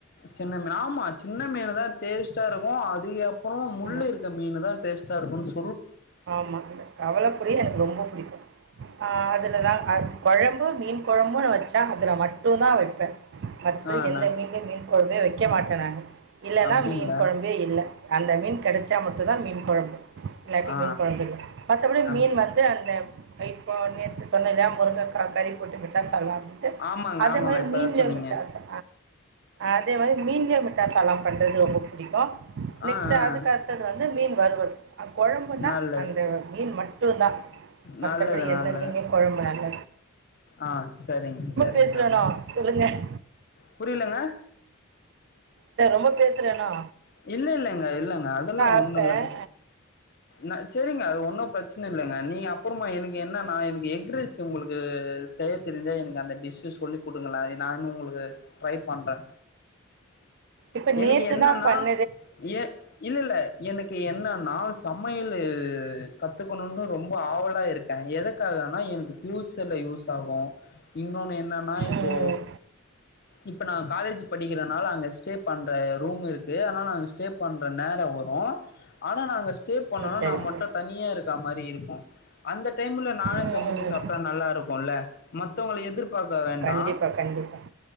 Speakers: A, on the left; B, on the right.
A: சின்ன மீனா ஆமா சின்ன மீன் தா டேஸ்ட்டா இருக்கு அதுயப் அப்றோ முள்
B: ஆமாம்
A: இருக்க மீனு தா டேஸ்ட் தர்புன்ஸ்
B: ஆமா கவல பொரி எனக்கு ரொம்ப புடிக்கு ஆ அதுலதா அ பழம் ப்ப மீன் கொழம்புன்னு வச்சா இதுல மட்டுந் தா வெப்பே மத்த
A: ஆ அண்ணா
B: எந்த மீன்லையு மீன் கொழம்பே வக்க வக்க மாட்டே நானு இல்லன்னா
A: அப்டிங்களா
B: மீன் கொழம்பே இல்ல அந்த மீன் கெடச்சா மட்டு தா மீன் கொழம்பு
A: ஆ
B: மீன் கொழம்பு மற்றபடி
A: ஆ அப்டி
B: மீன் வந்து அந்த வைபா சொன்னல்ல முருங்கக்கா கறி கோட்ட மிட்டா சல்லா போட்டு
A: ஆமாங்க
B: அதே
A: ஆமாங்க
B: மாதிரி
A: இப்பதா
B: மீன்ல
A: சொன்னீங்க
B: விட்டு அதே மாரி மீன் புதிய மட்டாசாலா பண்றது ரொம்ப புடிக்கு நெக்ஸ்டு
A: ஆ ஆ
B: அதுக்கு அடுத்தது வந்து மீன் வருவல் அப்ப பண்டா
A: நல்லது
B: அந்த மீன் மட்டுதா மத்தபடி
A: நல்லது
B: எந்த
A: நல்லது
B: மீனையு கொழம்பு நல்ல
A: ஆ சரிங் சரிங்க
B: பேசுறேனோ
A: நல்ல
B: சொல்லுங்கள்
A: புரிலங்க
B: இல்ல ரொம்ப பேசுறனோ
A: இல்ல இல்ல லங்க இல்லங்க அதெல்லா
B: ஆப்பேன்
A: ஒன்னு இல்லங்க ந சேரிங்க அது ஒன்னு பிரச்சன இல்லங்க நீங்க அப்புறமா எனக்கு என்ன நா எனக்கு எக்ரீஸ் உங்களுக்கு செய்ய தெரிஞ்சா எனக்கு அந்த டிஷ்ச சொல்லி் குடுங்கள நானு உங்களுக்கு ட்ரை பண்றே
B: இப்ப
A: எனக்கு
B: நேத்துதா
A: என்னன்னா
B: பண்ண
A: ஏ இல்ல இல்ல எனக்கு என்ன நா சமையலு கத்துக்கணுன்னு ரொம்ப ஆவலா இருக்கே எதுக்காகனா எனக்கு பியூச்சர்ல யூஸ் ஆகு இன்னொன்னு என் இன்னான்னா இப்போ
B: ம்
A: இப்ப நா காலேஜ் படிக்கிறனால அங்க ஸ்டே பண்ற ரூம் இருக்கு நானா ஸ்டே பண்ற நேரோ வரு ஆனா நாங்க ஸ்டே பண்ணோனா
B: ம் சரி
A: நா மட்டு
B: சரி
A: தனியா இருக்க மாரி இருக்கு அந்த டைம்ல நானே
B: ம்
A: சமைச்சி
B: ம்
A: சாப்ட்டா நல்லா இருக்கு இல்ல த்தவங்கல எதிர்ப் பாக்க வேண்டா
B: கண்டிப்பாக கண்டிப்பாக